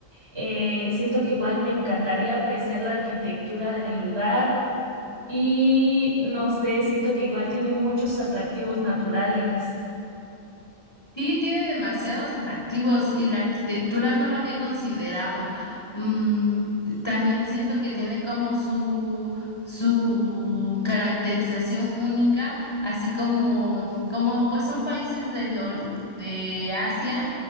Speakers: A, on the right; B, on the left.
A: Eh, siento que igual me encantaría apreciar la arquitectura del lugar y no sé, siento que igual tiene muchos atractivos naturales.
B: Sí, tiene demasiados atractivos y la arquitectura no lo había considerado. Mm, también siento que tiene como su, su caracterización única, así como, como pues son países del ori- de Asia,